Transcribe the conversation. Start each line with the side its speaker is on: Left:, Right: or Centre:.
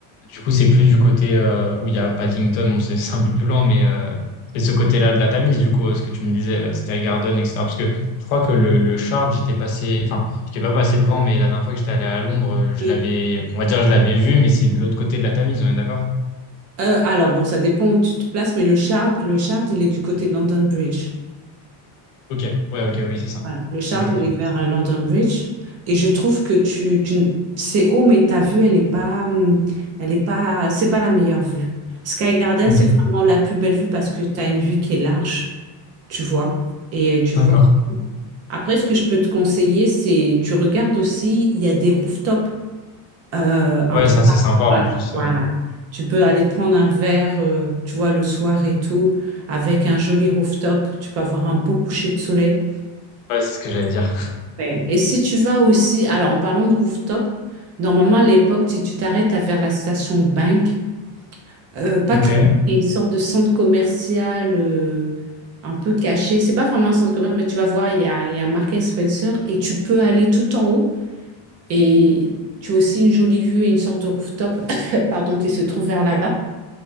Left: du coup, c'est plus du côté euh, où il y a Paddington, bon, c'est <laughs> c'est un peu plus lent, mais euh, c'est ce côté-là de la Tamise, du coup, euh, ce que tu me disais, euh, Sky Garden, etc. Parce que je crois que le, le Shard, j'étais passé, enfin, j'étais pas passé devant, mais la dernière fois que j'étais allé à Londres, euh, je
Right: je...
Left: l'avais, on va dire, je l'avais vu, mais c'est de l'autre côté de la Tamise, on est d'accord?
Right: Euh, alors bon, ça dépend où tu te places, mais le Shard, le Shard, il est du côté de London Bridge.
Left: Ok, ouais, ok, oui, c'est ça.
Right: Voilà, le Shard,
Left: Ok, ok.
Right: il est vers euh, London Bridge. Et je trouve que tu, tu n- c'est haut, mais ta vue, elle est pas, hum, elle est pas, c'est pas la meilleure vue. Sky Garden,
Left: Ok,
Right: c'est vraiment la plus belle vue parce que tu as une vue qui est large, tu vois, et euh, tu
Left: d'accord.
Right: vois. Après, ce que je peux te conseiller, c'est tu regardes aussi, il y a des rooftops. euh, un
Left: Ouais,
Right: peu
Left: ça,
Right: partout.
Left: c'est sympa en
Right: hein.
Left: plus.
Right: Voilà.
Left: euh.
Right: Tu peux aller te prendre un verre, euh, tu vois, le soir et tout, avec un joli rooftop. Tu peux avoir un beau coucher de soleil.
Left: Ouais, c'est ce que j'allais dire.
Right: Ouais. Et si tu vas aussi, alors en parlant de rooftop, normalement à l'époque, si tu t'arrêtes à- vers la station Bank, euh, pas
Left: Ok.
Right: très loin, il y a une sorte de centre commercial euh, un peu caché. C'est pas vraiment un centre commercial, mais tu vas voir, il y a, il y a Marks and Spencer et tu peux aller tout en haut. Et tu as aussi une jolie vue et une sorte de rooftop, <laughs> <coughs> pardon, qui se trouve vers
Left: Ok.
Right: là-bas.